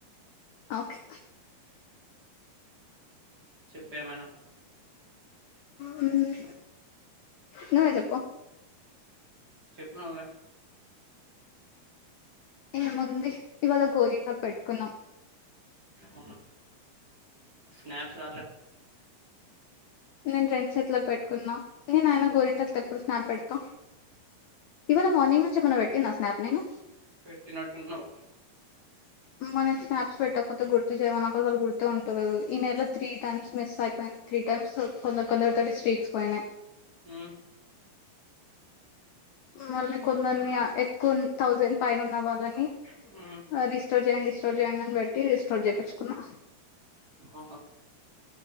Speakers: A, on the left (about 75°); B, on the right (about 25°).
A: ఓకే
B: చెప్పేమైనా
A: హ్మ్ నువ్వే చెప్పుకో
B: చెప్పాల్నువే
A: ఏముంది ఇవాళ గోరింటాకు పెట్టుకున్నాం
B: అవునా స్నాప్స్ రాలే
A: నేను రెండు చేతులకి పెట్టుకున్నా‌ నేను అయినా గోరింటకు తె ఇప్పుడు స్నాప్ పెడతో ఇవాళ మార్నింగ్ నుంచి ఏమన్నా పెట్టిన్నా స్నాప్ నేను
B: పెట్టిినట్టున్నావు
A: అమ్మ నేను స్నాప్స్ పెట్టకపోతే గుర్తు చేయవా నాకు అస్సలు గుర్తే ఉంటలేదు ఈ నెలో త్రీ టైమ్స్ మిస్ అయిపోయింది త్రీ టైమ్స్ కొందరు కొందరుతోటి స్ట్రీక్స్ పోయినాయి
B: హ్మ్
A: మిమ్మల్ని కొందర్ని ఎక్కువ థౌజండ్ పైన ఉన్న వాళ్ళని
B: హ్మ్
A: రీస్టోర్ చేయండి రిస్టోర్ చేయండి అని చెప్పి రిస్టోర్ చేయిచ్చుకున్నా
B: ఆహ